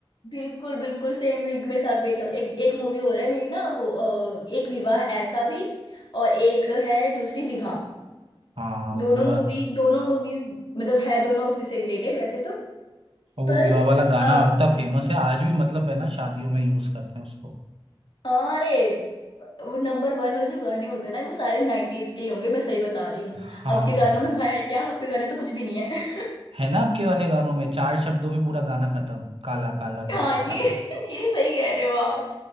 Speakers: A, on the left; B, on the right.
A: बिल्कुल बिल्कुल सेम वीक में साथ भी एक साथ एक एक मूवी हो रहा है मेरी ना वो अ, एक विवाह ऐसा भी और एक है दूसरी विवाह
B: हाँ वो
A: दोनों
B: विवाह
A: मूवी दोनों मूवीज मतलब है दोनों उसी से रिलेटेड वैसे तो
B: और वो
A: पर
B: विवाह वाला गाना
A: अ,
B: अब इतना फेमस है आज भी मतलब है ना शादियों में यूज करते हैं उसको
A: अरे वो नंबर वन में जो गाने होते हैं ना वो सारे नाइन्टीज के ही होंगे मैं सही बता रही हूँ
B: हाँ
A: अब के गानों में हुआ है क्या अब के गाने तो कुछ भी नहीं है
B: है ना आपके वाले गानों में चार शब्दों में पूरा गाना खत्म काला काला
A: हाँ
B: काला
A: ये
B: काला
A: <laughs> ये सही कह रहे हो आप